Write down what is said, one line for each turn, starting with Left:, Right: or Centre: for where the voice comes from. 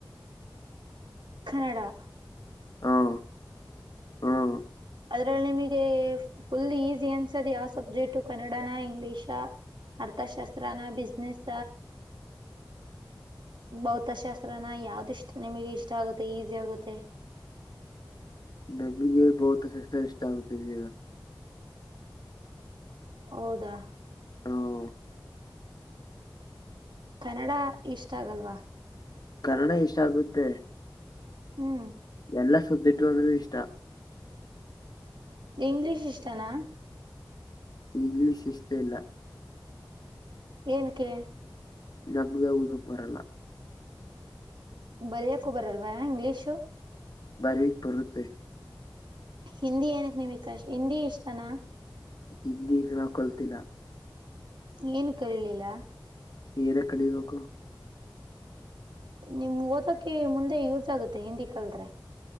Right: ಕನ್ನಡ.
Left: ಹ್ಮ್ ಹ್ಮ್
Right: ಅದ್ರಲ್ಲಿ ನಿಮಗೆ ಫುಲ್ ಈಸಿ ಅನ್ಸದ್ ಯಾವ ಸಬ್ಜೆಕ್ಟು ಕನ್ನಡಾನ ಇಂಗ್ಲಿಷ ಅರ್ಥಶಾಸ್ತ್ರಾನ ಬಿಸ್ನೆೆಸ್ ಭೌತಶಾಸ್ತ್ರನಾ ಯಾವ್ದಿಷ್ಟ ನಿಮಗೆ ಇಷ್ಟ ಆಗುತ್ತೆ ಈಸಿ ಆಗುತ್ತೆ.
Left: ನನಗೆ ಭೌತಶಾಸ್ತ್ರ ಇಷ್ಟ ಆಗ್ತಾ ಇದೆ.
Right: ಹೌದಾ.
Left: ಹ್ಮ್
Right: ಕನ್ನಡ ಇಷ್ಟ ಆಗಲ್ವಾ.
Left: ಕನ್ನಡ ಇಷ್ಟ ಆಾಗುತ್ತೆ. ತೇ.
Right: ಹ್ಮ್.
Left: ಎಲ್ಲಾ ಸಬ್ಜೆಕ್ಟು ಅಂದರೆ ಇಷ್ಟ.
Right: ಇಂಗ್ಲೀಷ್ ಇಷ್ಟನಾ.
Left: ಇಂಗ್ಲೀಷ್ ಇಷ್ಟ ಇಲ್ಲ.
Right: ಏನಕ್ಕೆ.
Left: ನಮಗೆ ಓದೋಕೆ ಬರಲ್ಲ.
Right: ಬರಿಯಕು ಬರಲ್ವಾ ಇಂಗ್ಲೀಶು.
Left: ಬರಿಯಾಕ್ ಬರುತ್ತೆ.
Right: ಹಿಂದಿ ಏನಕ್ ನಿಮ ಕಶ್ ಹಿಂದಿ ಇಷ್ಟನಾ.
Left: ಹಿಂದಿ ನಾನು ಕಲಿತಿಲ್ಲ.
Right: ಏನುಕೆ ಕಲಿಲಿಲ್ಲ.
Left: ಏನಕೆ ಕಲಿಬೇಕು.
Right: ನಿಮ್ ಓದಕ್ಕೆ ಮುಂದೆ ಯೂಸ್ ಆಗುತ್ತೆ ಹಿಂದಿ ಕತ್ರೆ.